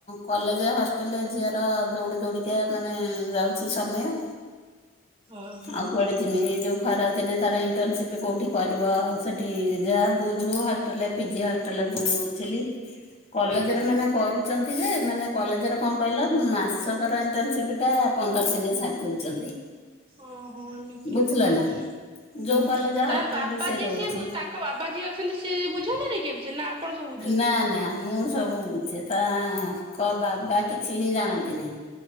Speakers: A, on the left; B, on the right.
A: କଲେଜ ହଷ୍ଟେଲରେ ଝିଅର ଦୌଡ଼ି ଦୌଡ଼ିକା ମାନେ ଯାଉଛି ସମୟ। ହ
B: ଓହୋ
A: ଆଉ କୁଆଡେ ଯିମି ଏଇ ଯୋଉ ଖରାଦିନେ ତାର ଇଣ୍ଟସିପ କୋଉଠି କରିବ ସେଠି ଯାହା ବୁଝୁ ହଷ୍ଟେଲ ପିଜି ହ ଷ୍ଟେଲ ବୁଝିଲି କଲେଜରେ ମାନେ କରୁଛନ୍ତି ଯେ ମାନେ କଲେଜରେ କଣ କହିଲ ମାସକର ଇଣ୍ଟର୍ନସିପ୍ ଟା ପନ୍ଦର ଦିନରେ ସାରି ଦଉଛନ୍ତି।
B: ଓହୋ ଏମିତି ରଖୁଛନ୍ତି।
A: ବୁଝିଲ ନା
B: ହୁଁ
A: ଯୋଉ କଲେଜ
B: ତାଙ୍କ
A: ହଷ୍ଟେଲରେ
B: ବାପା
A: ସେ
B: ଯିଏ
A: ରହୁଛି
B: ସିଏ ବୁ ତାଙ୍କ ବାବା ଯିଏ ଅଛନ୍ତି ସିଏ ବୁଝନ୍ତିନି କି? ନା ଆପଣ ସବୁ ବୁଝନ୍ତି?
A: ନା ନା ମୁଁ ସବୁ ବୁଝେ ତାଙ୍କ ବାବା କିଛି ହିଁ ଜାଣନ୍ତି ନାହିଁ।